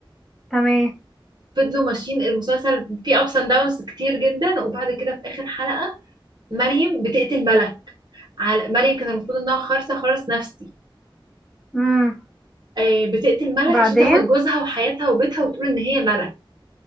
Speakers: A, in the centre; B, on the right (about 55°).
A: تمام
B: فضلوا ماشيين المسلسل فيه ابس اند داونز كتير جدا وبعد كده في اخر حلقه مريم بتقتل ملك على مريم كانت المفروض انها خارصه خالص نفسي
A: امم
B: آه، بتقتل ملك
A: بعدين
B: عشان تاخد جوزها وحياتها وبيتها وتقول ان هي ملك